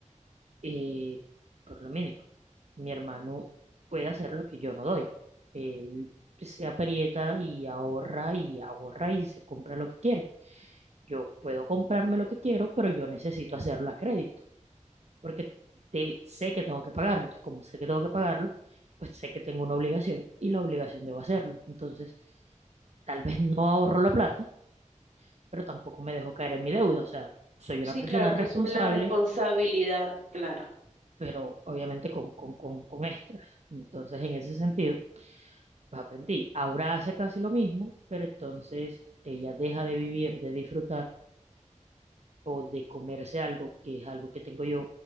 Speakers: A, on the right (about 60°); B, on the right (about 75°).
A: eh, por lo mínimo, mi hermano puede hacer lo que yo no doy. Él se aprieta y ahorra y ahorra y se compra lo que quiere. Yo puedo comprarme lo que quiero, pero yo necesito hacerlo a crédito, porque te- sé que tengo que pagarlo. Entonces, como sé que tengo que pagarlo, pues sé que tengo una obligación y la obligación debo hacerlo. Entonces, tal vez no ahorro la plata, pero tampoco me dejo caer en mi deuda. O sea, soy
B: Sí,
A: una persona
B: claro,
A: responsable,
B: tú asumes la responsabilidad, claro.
A: pero obviamente con, con, con, con extras. Entonces, en ese sentido, pues aprendí. Ahora hace casi lo mismo, pero entonces ella deja de vivir, de disfrutar o de comerse algo, que es algo que tengo yo